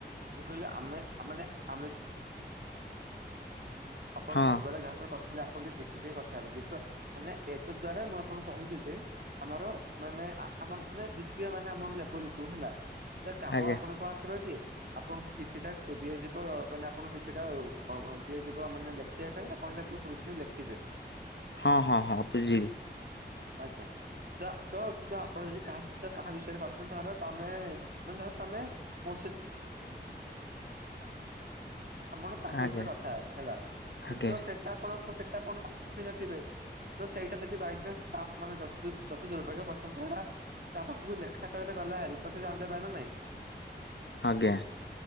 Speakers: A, on the right; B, on the left.
A: ମୁଁ କହିଲେ ଆମେ। ଆାମେ ମାନେ। <unintelligible> ଆପଣ
B: ହଁ
A: ଟିକେ ଦେଖି କଥା ହେବେ। ମାନେ ଏତତ୍ ଦ୍ଵାରା ମୁଁ ଆପଣଙ୍କୁ କହୁଛି ଯେ, ଆମର ମାନେ। ଆମର ମାନେ, ଦ୍ଵିତୀୟ ମାନେ, ଆମର ଲେବଲ କୁ ହେଲା। ତ କାମ
B: ଆଜ୍ଞା।
A: ଆପଣଙ୍କ ଆସିବ କି, ଆପଣଙ୍କୁ କିଛିଟା ଦିଆଯିବ ମାନେ ଆପଣଙ୍କୁ କିଛିଟା। ଦିଆଯିବ ମାନେ ଲେଖିବା ପାଇଁ। ଆପଣ ତାକୁ ଶୁଣି, ଶୁଣି ଲେଖିବେ।
B: ହଁ, ହଁ, ହଁ, ବୁଝିଲି।
A: ଆଜ୍ଞା। ତ, ତ, ତ, ଆପଣ ଯଦି କାହା ସହିତ କାହା ବିଷୟରେ କଥା ଧର ତମେ ମାନେ ଧର ତମେ ମୋ। <unintelligible> ତାଙ୍କ
B: ଆଜ୍ଞା
A: ବିଷୟରେ କଥା ହେଲେ ହେଲା।
B: ଆଜ୍ଞା
A: ସେଟା ଆପଣ, ସେଟା ଆପଣ ତ କହିନଥିବେ। ତ ସେଇଟା ଯଦି ବାଇଚନ୍ସ। ତ ଯଦି ଦୁର୍ଭାଗ୍ୟ ବର୍ସନ୍ତ ସେଇଟା ତା ପାଖକୁ ଲେଖା ଗଲା <unintelligible>
B: ଆଜ୍ଞା।